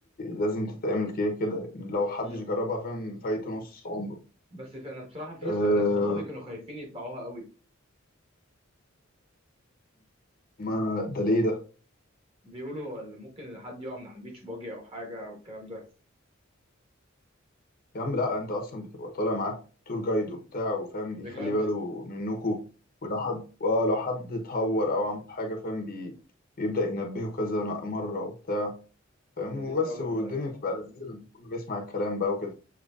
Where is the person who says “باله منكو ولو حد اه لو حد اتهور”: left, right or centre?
Left